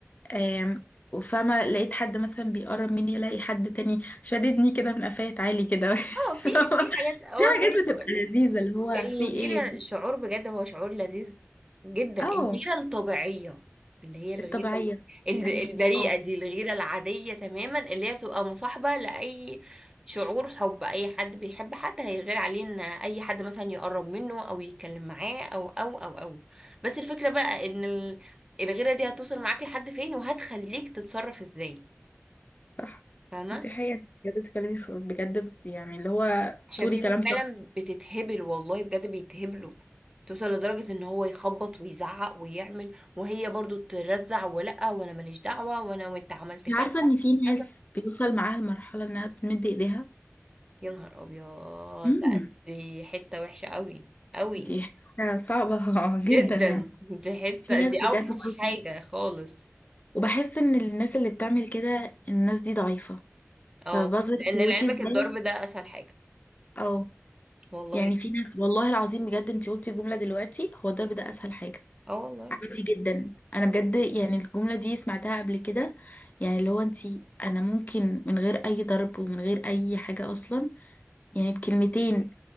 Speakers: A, on the left; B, on the right.
A: آم، وفاهمة لقيت حد مثلا بيقرب مني ألاقي حد تاني شددني كده من قفاية عالي كده
B: اه في
A: <laughs>
B: في حاجات اه
A: دي
B: زي
A: حاجات بتبقى
B: ما اقول
A: لذيذة اللي هو
B: الغيرة
A: في ايه
B: شعور بجد هو شعور لذيذ جدا
A: اه
B: الغيرة الطبيعية اللي هي الغيرة
A: الطبيعية
B: ال- ال-
A: يعني
B: البريئة
A: آه.
B: دي الغيرة العادية تماما اللي هي بتبقى مصاحبة لأي شعور حب أي حد بيحب حد هيغير عليه إن أي حد مثلا يقرب منه أو يتكلم معاه أو أو أو أو بس الفكرة بقى إن ال- الغيرة دي هتوصل معاك لحد فين وهتخليك تتصرف إزاي
A: صح
B: فاهمة
A: دي حقيقة بجد بتتكلمي في- بجد يعني اللي هو
B: عشان
A: تقولي
B: في
A: كلام
B: ناس
A: صح
B: فعلا بتتهبل والله بجد بيتهبلوا توصل لدرجة ان هو يخبط ويزعق ويعمل وهي برضو ترزع ولا وانا ماليش دعوة وانا وانت عملت كذا
A: انت عارفة ان
B: وعملت
A: في ناس
B: كذا
A: بيوصل معاها المرحلة انها تمد ايديها
B: يا نهار ابيض
A: امم
B: لا، دي حتة وحشة قوي قوي
A: دي حاجة صعبة <laughs> جدا
B: جدا
A: يعني
B: دي حتة
A: في ناس
B: دي
A: بجد
B: اوحش
A: بتوصل.
B: حاجة خالص
A: وبحس ان الناس اللي بتعمل كده الناس دي ضعيفة فبظهر
B: اه لان
A: قوتي
B: لعلمك
A: ازاي
B: الضرب ده اسهل حاجة
A: او
B: والله
A: يعني في ناس والله العظيم بجد انت قلتي جملة دلوقتي هو الضرب ده اسهل حاجة
B: اه والله
A: عادي جدا انا بجد يعني الجمله دي سمعتها قبل كده يعني اللي هو انتي انا ممكن من غير اي ضرب ومن غير اي حاجه اصلا يعني بكلمتين